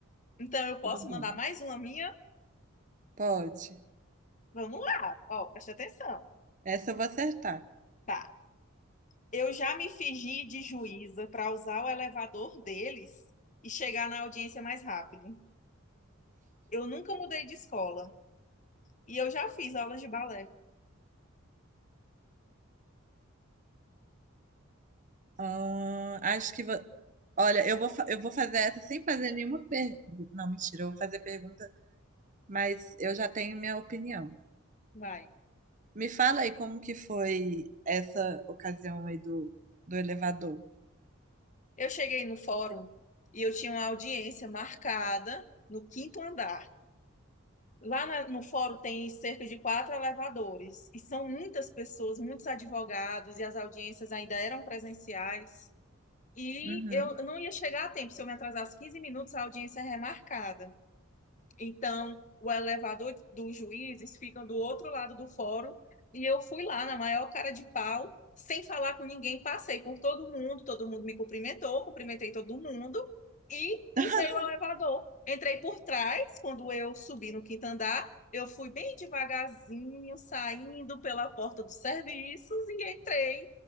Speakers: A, on the left; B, on the right.
A: então eu posso
B: Tudo bem.
A: mandar mais uma minha?
B: Pode.
A: Vamos lá. Ó, preste atenção.
B: Essa eu vou acertar.
A: tá? Eu já me fingi de juíza para usar o elevador deles e chegar na audiência mais rápido. Eu nunca mudei de escola e eu já fiz aulas de balé.
B: Ahn, acho que vou... Olha, eu vou, fa- eu vou fazer essa sem fazer nenhuma pergunta. Não, mentira, eu vou fazer pergunta, mas eu já tenho minha opinião.
A: Vai.
B: Me fala aí como que foi essa ocasião aí do, do elevador.
A: Eu cheguei no fórum e eu tinha uma audiência marcada no quinto andar. Lá na- no fórum tem cerca de quatro elevadores e são muitas pessoas, muitos advogados e as audiências ainda eram presenciais. E
B: Uhum.
A: eu não ia chegar a tempo, se eu me atrasasse 15 minutos, a audiência é remarcada. Então, o elevador dos juízes fica do outro lado do fórum e eu fui lá na maior cara de pau, sem falar com ninguém, passei por todo mundo, todo mundo me cumprimentou, cumprimentei todo mundo e usei
B: <laughs>
A: o elevador. Entrei por trás, quando eu subi no quinto andar, eu fui bem devagarzinho, saindo pela porta dos serviços e entrei